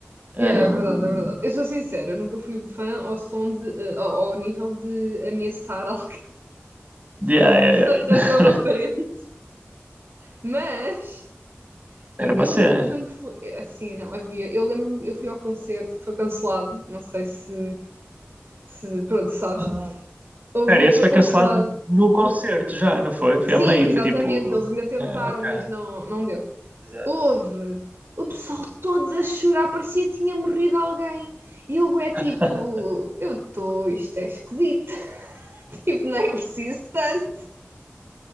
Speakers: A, on the right; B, on the right.
A: Um,
B: Yeah, é verdade, é verdade. Eu sou sincera, eu nunca fui fã ao som de, eh, ao, ao nível de ameaçar <laughs> alguma
A: yeah, yeah,
B: razão
A: yeah.
B: aparente.
A: <laughs>
B: Mas
A: Era uma
B: eu
A: cena.
B: lembro-me quando foi. Assim, não havia. Eu lembro-me, eu fui ao concerto que foi cancelado. Não sei se. se pronto, sabes.
A: Ah,
B: Houve
A: Pera,
B: um
A: esse
B: que foi
A: foi
B: cancelado.
A: cancelado no concerto já, não foi? Foi
B: Sim,
A: a meio,
B: exatamente,
A: foi tipo.
B: que eles ainda tentaram,
A: É, ok.
B: mas não, não deu.
A: Exato.
B: Houve. O pessoal todo a chorar, parecia que tinha morrido alguém. E eu é tipo,
A: <laughs>
B: eu estou, isto é esquisito. <laughs> Tipo, não é preciso tanto.